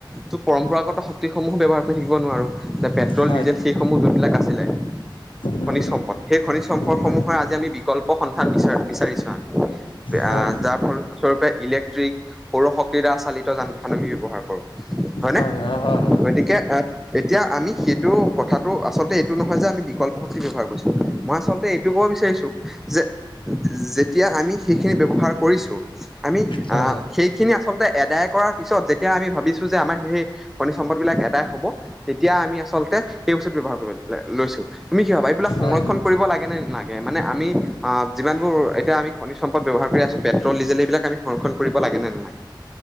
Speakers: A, in the centre; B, on the left.
A: টো পৰম্পৰাগত শক্তিসমূহো ব্যৱহাৰ কৰি থাকিব নোৱাৰো যে পেট্ৰল
B: হয়
A: ডিজেল সেইসমূহ যোনবিলাক আছিলে
B: হয়
A: খনিজ সম্পদ সেই খনিজ সম্পদসমূহৰ
B: হয়
A: আজি আমি বিকল্প সন্ধান বিচাৰ বিচাৰিছো আমি এ
B: হয়
A: যাৰ ফল স্বৰূপে ইলেক্ট্ৰিক সৌৰশক্তি ৰা চালিত ত যান আমি ব্যৱহাৰ কৰো হয়নে
B: হয় হয় হয় হয়
A: গতিকে এ এতিয়া আমি সেইটো কথাটো আচলতে এইটো নহয় যে আমি বিকল্ ব্যৱহাৰ কৰিছো মই আচলতে এইটো কব বিচাৰিছো যে যেতিয়া আমি সেইখিনি ব্যৱহাৰ কৰিছো আমি
B: হয়
A: আহ সেইখিনি আচলতে এডায় পিছত যেতিয়া আমি ভাবিছো যে আমাৰ সেই খনিজ সম্পদ বিলাক এদাই হব তেতিয়া আমি আচ আচলতে সেই বস্তুত ব্যৱহাৰ কৰি লৈ লৈছো তুমি কি ভাবা এইবিলাক সংৰক্ষণ
B: হয় হয়
A: কৰিব লাগে নে নালাগে মানে আমি আ যিমানবোৰ এতিয়া আমি খনিজ সম্পদ ব্যৱহাৰ কৰি আছো পেট্ৰল ডিজেল এইবিলাক আমি সংৰক্ষণ কৰিব লাগেনে নালাগে